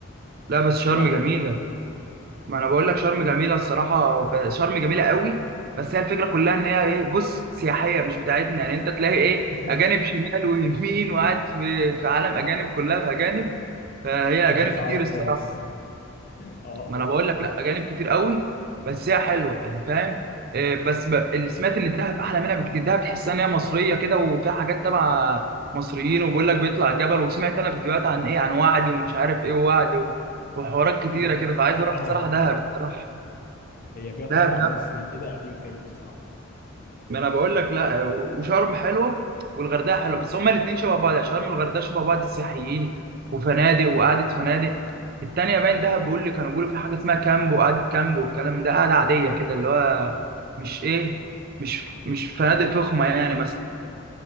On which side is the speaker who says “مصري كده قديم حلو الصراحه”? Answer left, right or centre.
Left